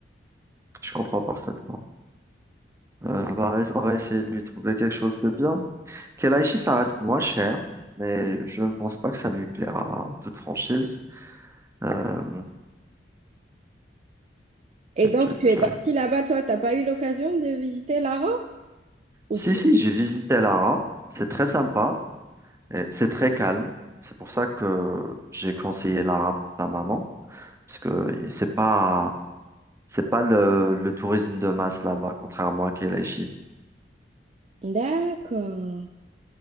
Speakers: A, on the right; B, on the right.
A: Je comprends parfaitement. Euh, bah, on va essayer de lui trouver quelque chose de bien. Kelaïchi, ça reste moins cher, mais je ne pense pas que ça lui plaira en toute franchise. Euh,
B: Et
A: tu-
B: donc,
A: tu-
B: tu es
A: tu-
B: partie là-bas, toi, t'as pas eu l'occasion de visiter l'Ara? aussi.
A: Si, si, j'ai visité Lara. C'est très sympa et c'est très calme. C'est pour ça que j'ai conseillé Lara pour ta maman, parce que c'est pas, c'est pas le, le tourisme de masse là-bas, contrairement à Kelaïchi.
B: D'accord.